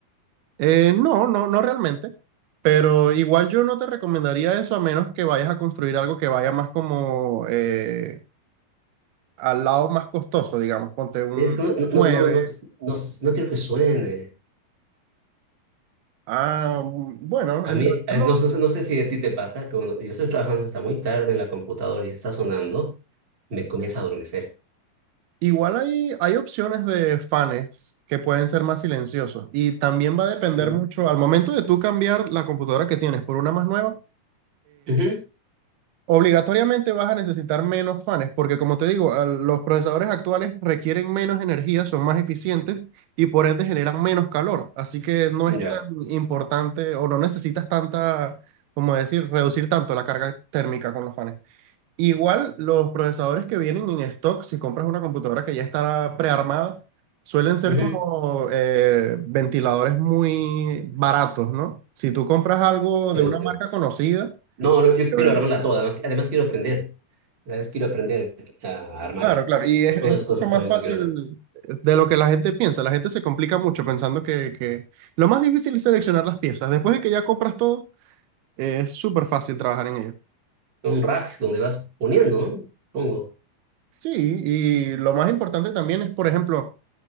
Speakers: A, on the right; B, on the right.
A: Eh, no, no, no realmente. Pero igual yo no te recomendaría eso a menos que vayas a construir algo que vaya más como eh, al lado más costoso, digamos, ponte un
B: Es que no, no,
A: 9.
B: no, no, no, no quiero que suene.
A: Ah, mm, bueno,
B: A
A: en
B: mí,
A: realidad
B: eh,
A: no.
B: no, no sé, no sé si a ti te pasa, que cuando yo estoy trabajando hasta muy tarde en la computadora y está sonando, me comienza a adormecer.
A: Igual hay, hay opciones de fans que pueden ser más silenciosos y también va a depender
B: Mm.
A: mucho al momento de tú cambiar la computadora que tienes por una más nueva.
B: Ujú.
A: Obligatoriamente vas a necesitar menos fans, porque como te digo, al- los procesadores actuales requieren menos energía, son más eficientes y por ende generan menos calor. Así que no
B: Ya.
A: es tan importante o no necesitas tanta, como decir, reducir tanto la carga térmica con los fans. Igual los procesadores que vienen en stock, si compras una computadora que ya está prearmada, suelen ser
B: Ujú.
A: como eh, ventiladores muy baratos, ¿no? Si tú compras algo
B: Eh,
A: de una marca conocida,
B: no, no, yo
A: eh,
B: quiero armarla toda, además, además quiero aprender. Además quiero aprender a armarla.
A: Claro, claro. Y es,
B: Es una
A: es
B: de las cosas
A: mucho más
B: también
A: fácil
B: que quiero hacer.
A: de lo que la gente piensa. La gente se complica mucho pensando que, que... Lo más difícil es seleccionar las piezas. Después de que ya compras todo, eh, es súper fácil trabajar en ello.
B: Un rack donde vas poniendo, ¿no? Pongo.
A: Sí, y lo más importante también es, por ejemplo,